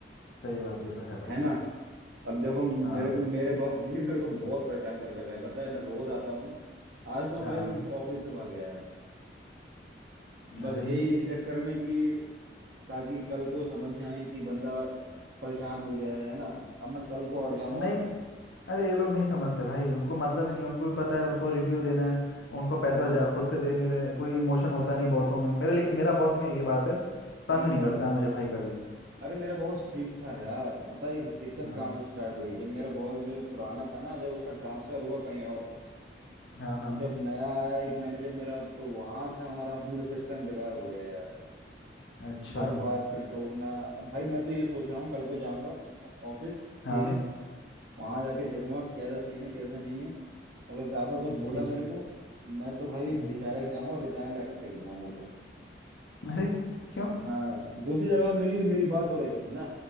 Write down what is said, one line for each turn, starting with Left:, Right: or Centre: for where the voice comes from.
Left: सही बात ये तो है भाई
Right: है ना अब देखो मेरे
Left: हाँ
Right: को मेरे बॉस ने मेरे को बहुत परेशान कर रखा है पता है मैं रोज आता हूँ आज तो
Left: हाँ
Right: मैं भाई ऑफिस से भाग गया है बस
Left: अरे
Right: यही इसी चक्कर में कि ताकि कल को समझ जाए कि बंदा परेशान हो गया है है ना अब मैं कल को और जाऊंगा
Left: नहीं स- अरे ये लोग नहीं समझते भाई उनको मतलब ही नहीं है, उनको भी पता है उनको रिव्यू देना है उनको
Right: बिल्कुल
Left: पैसा जा खुद से दे नहीं रहे कोई इमोशन होता नहीं है बॉसों में मेरे लेकिन मेरा बॉस में ये बात है तंग
Right: हम्म
Left: नहीं करता है मुझे भाई कभी
Right: अरे मेरा बॉस ठीक था यार पता है दिक्कत
Left: हाँ
Right: कहाँ से स्टार्ट हुई जब मेरा बॉस जो पुराना था ना जब उसका ट्रांसफर हुआ कहीं और
Left: हाँ
Right: तो
Left: हाँ
Right: जब नया आया एक मैनेजर मेरा तो वहां से हमारा मतलब सिस्टम बेकार हो गया यार
Left: अच्छा
Right: हर बात पर टोकना अब भाई मैं तो ये सोच रहा हूँ कल को जाऊंगा ऑफिस
Left: हाँ
Right: ठीक है वहां जाके देखूंगा कैसा सीन है कैसा नहीं है अगर ज्यादा कुछ बोला
Left: जी जी
Right: मेरे को मैं तो भाई
Left: जी
Right: डायरेक्ट जाऊंगा और रिजाइन लेटर फेंक दूंगा मुंह पर
Left: अरे क्यों
Right: हाँ दूसरी जगह मेरी मेरी बात हो रही थी ना